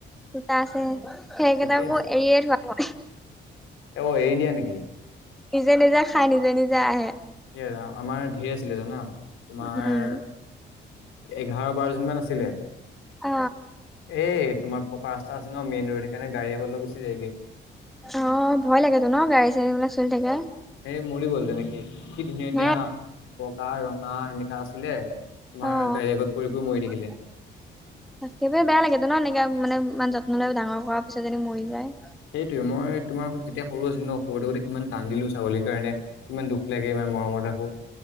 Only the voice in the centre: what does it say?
সোতা আছে সেইকেইটা
আকৌ
এৰিয়ে থোৱা।
নিজে নিজা খা নিজে নিজে আহে।
উম
অ
অ ভয় লাগেতো ন গাড়ী চাড়ীবিলাক চলি থাকে।
হে
অ একেবাৰে
বেয়া লাগেতো ন এনেকা মানে। ইমান যত্ন ল ডাঙৰ কৰাৰ পিছত যেদি মৰি যায়।